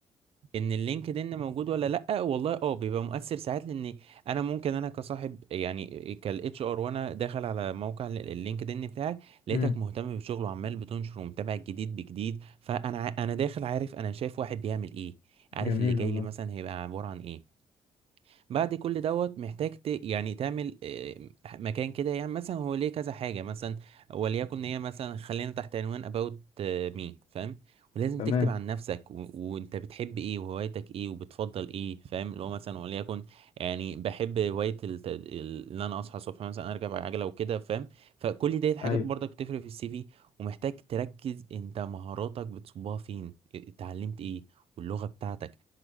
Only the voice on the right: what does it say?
ان اللينكد ان موجود ولا لا والله اه بيبقى مؤثر ساعات لان انا ممكن انا كصاحب يعني كالاتش ار وانا داخل على موقع ال- اللينكد ان بتاعك لقيتك
مهتم بشغله وعمال بتنشر ومتابع الجديد بجديد فانا ع- انا داخل عارف انا شايف واحد بيعمل ايه عارف
اللي جاي
لي مثلا هيبقى عبارة عن ايه بعد كل دوت محتاج ت... يعني تعمل آه، مكان كده يعني مثلا هو ليه كذا حاجة مثلا وليكن هي مثلا خلينا تحت عنوان about آه، me فاهم ولازم
تكتب عن نفسك و... وانت بتحب ايه وهوايتك ايه وبتفضل ايه فاهم اللي هو مثلا وليكن يعني بحب هواية الت... ال- ان انا اصحى الصبح مثلا اركب عجلة وكده فاهم فكل ديت حاجات
برضك بتفرق في السي في ومحتاج تركز انت مهاراتك بتصبها فين اتعلمت ايه واللغة بتاعتك